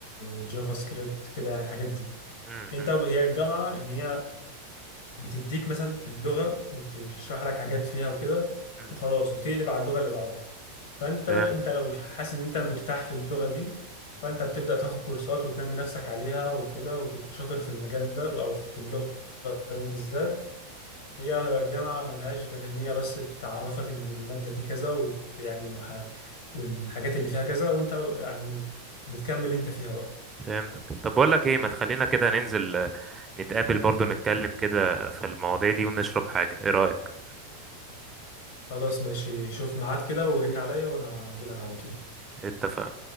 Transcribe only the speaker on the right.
مم.
مم.
مم.
فهمت
فهمتك طب بقول لك ايه ما تخلينا كده ننزل آه، نتقابل برضو نتكلم كده في المواضيع دي ونشرب حاجة ايه رأيك
اتفقنا